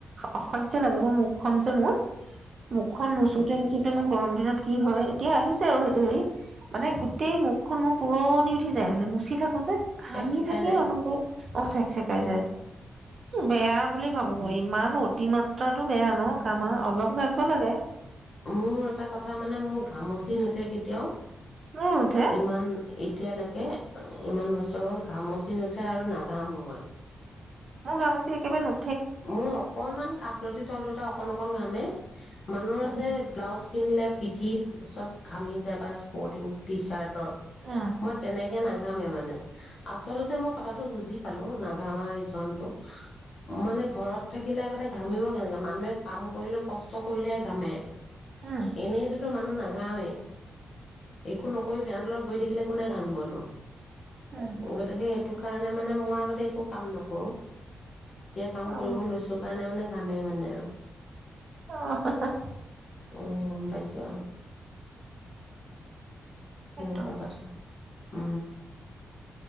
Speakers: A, on the right; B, on the left.
A: অসহ্য লাগে মই মোক খন যে মোৰ মুখ খন মুচুতে মুচুতে মোৰ গৰম দিনত কি হয় এতিয়া আহিছে আৰু সেইটো হেৰি মানে গোটেই মুখখন মোৰ পুৰণি উঠি যায় মানে মুচি থাকো যে ঘামি
B: চেক চেকাই
A: থাকিয়
B: যায়
A: আমোকে অচেক চেকাই যায় বেয়া বুলি ভাবো মই ই ইমান অতি মাত্ৰাটো বেয়া ন ঘামাৰ অলপ ঘামিব লাগে
B: মোৰ এটা কথা মানে মোৰ ঘামচি নুঠে কেতিয়াও
A: মোৰ নুঠে
B: ইমান এতিয়ালৈকে ইমান বছৰ হ'ল ঘামচি নুঠে আৰু নাঘামো মই
A: মোৰ গামুচি একেবাৰে নু
B: মোৰ অকনমান কাষলতি তল দুটা অ কণ অকন ঘামে মানুহৰ
A: উম,
B: যে ব্লাউজ পিন্ধিলে পিঠি চব ঘামি যায় বা স্পৰ্টিং টি চাৰ্ট
A: উম,
B: মই তেনেকে নাঘামে মানে আচলতে মই কথাটো বুজি পালো নাঘামাৰ ৰিজনটো, মানে ঘৰত থাকিলে আগতে ঘামিব কেনেকে মানুহে কাম কৰিলেও কষ্ট কৰিলেহে ঘামে
A: উম,
B: এনেইটোতো মানুহ না গাঁৱে একো নকৈ ফেন তলত বহি থাকিলে কোনে ঘাম বনো
A: উম,
B: গতিকে এইটো কাৰণে মানে মই আগতে একো কাম নকৰো কাম
A: অ',
B: কৰিব লৈছো কাৰণে মানে ঘামে মানে আৰু
A: আহ হা হা
B: অ পাইচা
A: সেইটো
B: <unintelligible> কথা অ